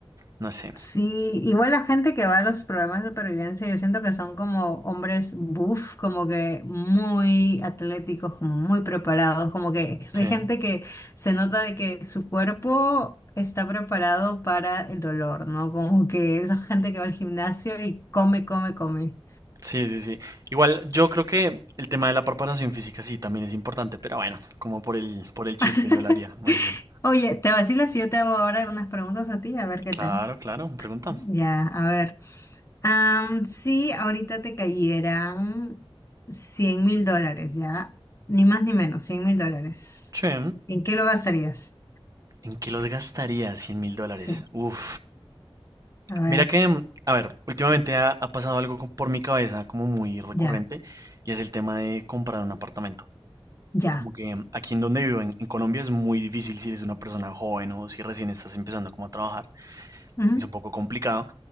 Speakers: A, on the right; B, on the left.
A: no sé.
B: Sí, igual la gente que va a los programas de supervivencia, yo siento que son como hombres buff, como que muy atléticos, como muy preparados, como que
A: Sí.
B: hay gente que se nota de que su cuerpo está preparado para el dolor, ¿no? Como que esa gente que va al gimnasio y come, come, come.
A: Sí, sí, sí. Igual, yo creo que el tema de la preparación física sí también es importante, pero bueno, como por el, por el chiste
B: <laughs>
A: yo lo haría, más bien.
B: Oye, te vacilas si yo te hago ahora unas preguntas a ti, a ver qué
A: Claro,
B: tal.
A: claro, pregunta.
B: Ya, a ver. Am, si ahorita te cayeran cien mil dólares, ¿ya? Ni más ni menos, cien mil dólares.
A: Che.
B: ¿En qué lo gastarías?
A: ¿En qué los gastaría 100 mil dólares?
B: Sí,
A: Uf.
B: a ver,
A: Mira que, mm, a ver, últimamente ha, ha pasado algo co- por mi cabeza como muy recurrente
B: ya,
A: y es el tema de comprar un apartamento.
B: ya.
A: Como que em, aquí en donde vivo, en, en Colombia, es muy difícil si eres una persona joven o si recién estás empezando como a trabajar.
B: ujú,
A: Es un poco complicado.